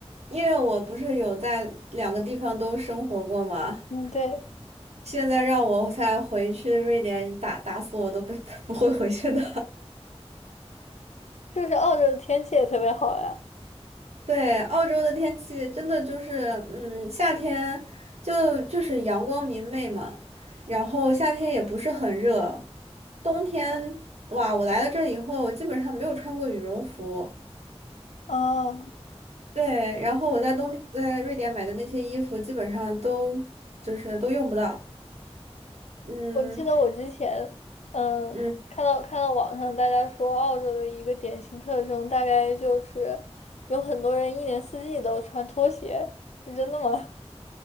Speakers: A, on the right; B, on the left.
A: 因为我不是有在两个地方都生活过嘛，
B: 嗯，对。
A: 现在让我再回去瑞典打，打死我都不 <laughs> 不会回去的。
B: 就是澳洲的天气也特别好呀？
A: <laughs> 对，澳洲的天气真的就是，嗯，夏天就就是阳光明媚嘛，然后夏天也不是很热，冬天，哇，我来了这以后，我基本上没有穿过羽绒服。
B: 啊，
A: 对，然后我在东在瑞典买的那些衣服，基本上都就是都用不到。嗯
B: 我记得我之前，嗯，
A: 嗯，
B: 看到看到网上大家说澳洲的一个典型特征，大概就是有很多人一年四季都穿拖鞋，是真的吗？